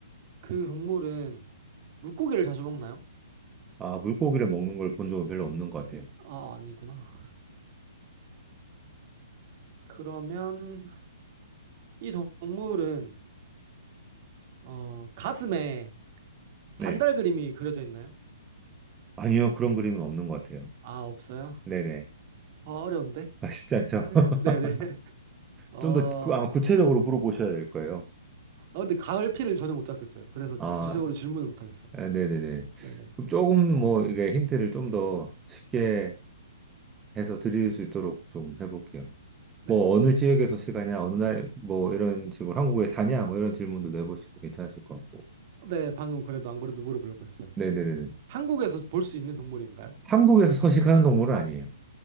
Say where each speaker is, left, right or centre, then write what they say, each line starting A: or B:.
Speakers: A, on the right (about 40°); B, on the right (about 15°).
A: 그 동물은 물고기를 자주 먹나요?
B: 아, 물고기를 먹는 걸 본 적은 별로 없는 것 같아요.
A: 아, 아니구나. 그러면 이 동물은 어, 가슴에
B: 네.
A: 반달 그림이 그려져 있나요?
B: 아니요, 그런 그림은 없는 것 같아요.
A: 아, 없어요?
B: 네네.
A: 아, 어려운데?
B: 아, 쉽지 않죠?
A: <laughs>
B: <laughs>
A: 네네. 어,
B: 좀 더, 그, 아마 구체적으로 물어보셔야 될 거예요.
A: 아, 근데 가을피를 전혀 못 잡겠어요. 그래서
B: 아,
A: 구체적으로 질문을 못 하겠어요.
B: 아, 네네네.
A: 네네.
B: 그럼 조금 뭐, 이게 힌트를 좀 더 쉽게
A: 네.
B: 해서 드릴 수 있도록 좀 해볼게요.
A: 네.
B: 뭐, 어느 지역에서 사냐, 어느 날, 뭐, 이런 식으로 한국에 사냐, 뭐, 이런 질문도 내보셔도 괜찮으실 것 같고.
A: 네, 방금 그래도 안 그래도 물어보려고 했어요.
B: 네네네.
A: 한국에서 볼 수 있는 동물인가요?
B: 한국에서 서식하는 동물은 아니에요.